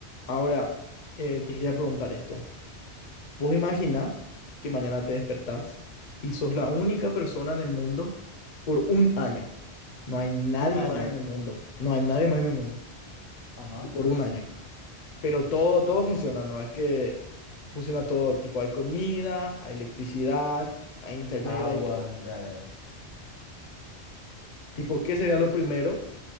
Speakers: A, on the left; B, on the left.
A: Ahora, eh, te quería preguntar esto. Vos imagina que mañana te despertás y sos la única persona en el mundo por un año. No hay nadie
B: Un año.
A: más en el mundo. No hay nadie más en el mundo.
B: Ajá.
A: Y por un año. Pero todo, todo funciona, ¿no? Es que funciona todo. Tipo, hay comida, hay electricidad, hay internet,
B: Agua,
A: hay todo.
B: ya, ya.
A: Tipo, ¿qué sería lo primero